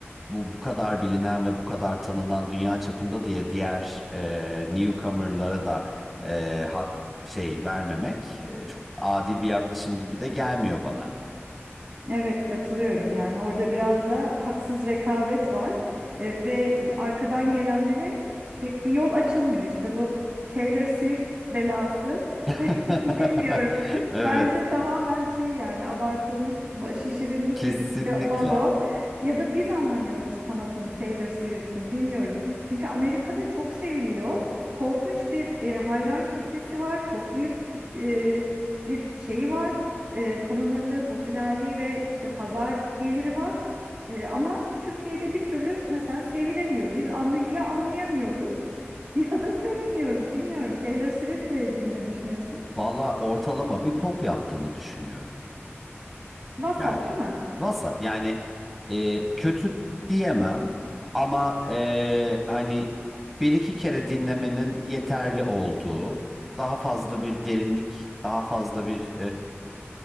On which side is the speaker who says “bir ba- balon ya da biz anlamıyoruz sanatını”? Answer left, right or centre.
Right